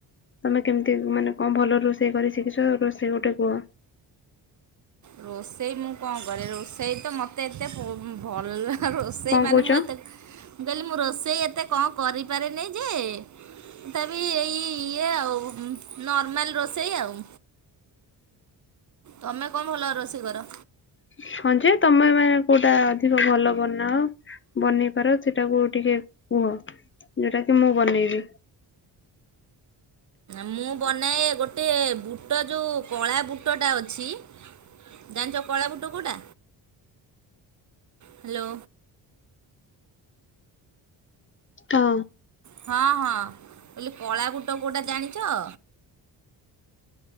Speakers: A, on the left; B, on the right.
A: ତମେ କେମିତି ମାନେ କଣ ଭଲ ରୋଷେଇ କରି ଶିଖିଚ ଭଲ ରୋଷେଇ ଗୋଟେ କୁହ?
B: ରୋଷେଇ ମୁଁ କଣ କରେ। ରୋଷେଇ ତ ମୋତେ ଏତେ ଭଲ ରୋଷେଇ
A: କଣ
B: ମାନେ
A: କହୁଛ
B: ମୁଁ ଏତେ, ମୁଁ କହିଲି, ମୁଁ ରୋଷେଇ, ଏତେ କଣ କରିପାରେନି ଯେ? ତଥାପି, ଏଇ, ଇଏ, ଆଉ ନର୍ମାଲ ରୋଷେଇ ଆଉ ତମେ କଣ ଭଲ ରୋଷେଇ କର?
A: ହଁ ଯେ, ତମେ ମାନେ କୋଉଟା ଅଧିକ ଭଲ ବନାଅ? ବନେଇ ପାର, ସେଟାକୁ ଟିକେ କୁହ। ଯୋଉଟା କି, ମୁଁ ବନେଇବି?
B: ମୁଁ ବନାଏ ଗୋଟେ, ବୁଟ ଯୋଉ କଳା ବୁଟଟା ଅଛି। ଜାଣିଚ କଳା ବୁଟ କୋଉଟା ହାଲୋ।
A: ହଁ।
B: ହଁ, ହଁ। ବୋଲି କଳା ବୁଟ କୋଉଟା ଜାଣିଚ?